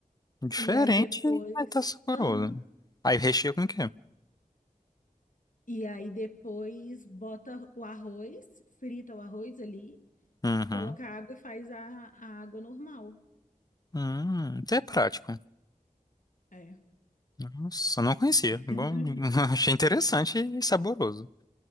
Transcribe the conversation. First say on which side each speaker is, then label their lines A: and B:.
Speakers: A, on the left; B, on the left.
A: diferente,
B: E aí depois.
A: mas tá saboroso.
B: Aham.
A: Aí recheia com o quê?
B: E aí depois bota o arroz, frita o arroz ali,
A: Uhum,
B: coloca água e faz a, a água normal.
A: hum, até é prático.
B: É.
A: Nossa, não conhecia.
B: <laughs>
A: Bom, <laughs> achei interessante e saboroso.